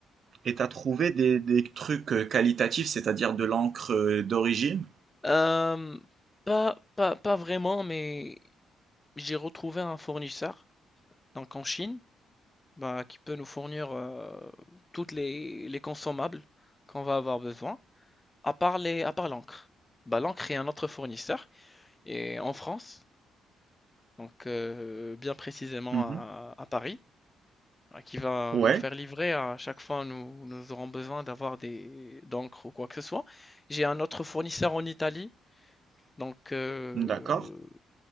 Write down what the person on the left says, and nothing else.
Euh, pas, pas, pas vraiment, mais j'ai retrouvé un fournisseur. donc en Chine, bah, qui peut nous fournir euh, toutes les, les consommables qu'on va avoir besoin, à part les, à part l'encre. Bah, l'encre est un autre fournisseur, et en France, donc euh, bien précisément
à, à Paris, hein, qui va
nous faire livrer à chaque fois nous, nous aurons besoin d'avoir des d'encre ou quoi que ce soit. J'ai un autre fournisseur en Italie, donc euh,